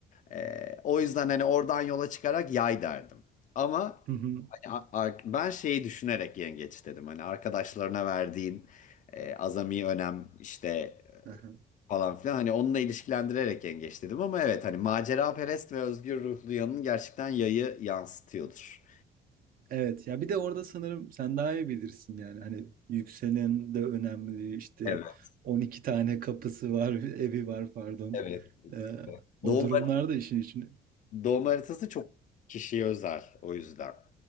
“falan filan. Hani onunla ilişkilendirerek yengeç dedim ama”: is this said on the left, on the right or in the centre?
Left